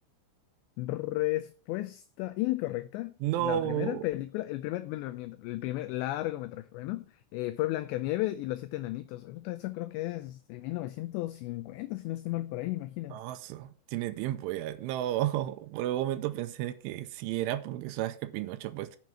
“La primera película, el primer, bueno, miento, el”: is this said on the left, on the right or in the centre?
Left